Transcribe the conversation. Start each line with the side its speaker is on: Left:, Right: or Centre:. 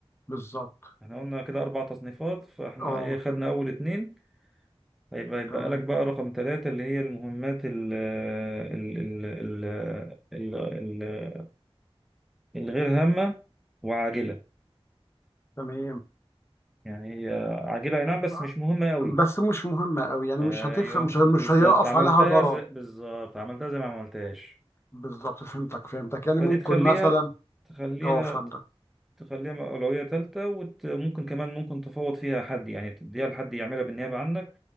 Left: بالظبط
Centre: احنا قلنا كده أربع تصنيفات فاحنا
Left: اه
Centre: ايه خدنا أول اتنين هيبقى يتبقى
Left: تمام
Centre: لك بقى رقم ثلاثة اللي هي المهمات ال ال ال ال ال- ال- الغير هامة وعاجلة
Left: تمام
Centre: يعني هي عجينة أي نعم بس
Left: آه،
Centre: مش مهمة أوي
Left: بس مش مهمة أوي يعني
Centre: أيوه
Left: مش هتفرق مش مش
Centre: بالظبط
Left: هيقف
Centre: عملتها
Left: عليها ضرر
Centre: زي بالظبط عملتها زي ما عملتهاش
Left: بالظبط فهمتك فهمتك يعني
Centre: فدي
Left: ممكن
Centre: تخليها
Left: مثلا
Centre: تخليها
Left: اه فهمتك
Centre: تخليها أولوية تالتة وممكن كمان ممكن تفوض فيها حد يعني تديها لحد يعملها بالنيابة عنك